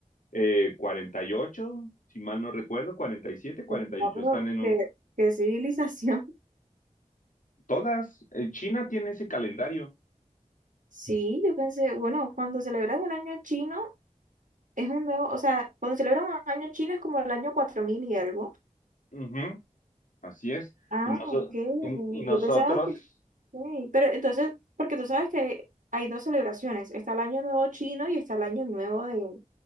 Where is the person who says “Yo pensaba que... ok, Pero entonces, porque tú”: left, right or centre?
Right